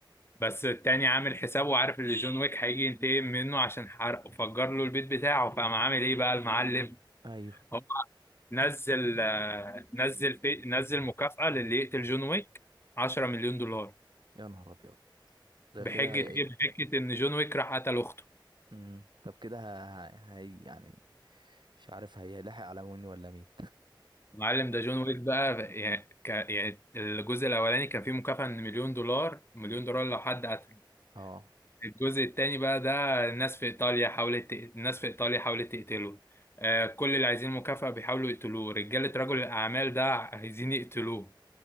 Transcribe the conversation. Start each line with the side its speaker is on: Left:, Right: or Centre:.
Left: بس التاني عامل حسابه وعارف ان جون ويك هيجي ينتقم منه عشان حرق وفجر له البيت بتاعه فقام عامل ايه بقى المعلم
Right: ايوه
Left: هو نزل آه، نزل في نزل مكافأة للي يقتل جون ويك 10 مليون دولار
Right: يا نهار ابيض ده
Left: بحجة
Right: كده هي
Left: ايه بحجة ان جون ويك راح قتل اخته
Right: امم طب كده ه- ه- هي يعني مش عارف هيلاحق على مني ولا مين
Left: معلم ده جون ويك بقى يعني, ك... يعني الجزء الاولاني كان فيه مكافأة من مليون دولار مليون دولار لو حد قتل
Right: اه
Left: الجزء التاني بقى ده الناس في ايطاليا حاولت ت- الناس في ايطاليا حاولت تقتله آه كل اللي عايزين مكافأة بيحاولوا يقتلوه رجالة رجل الاعمال ده عايزين يقتلوه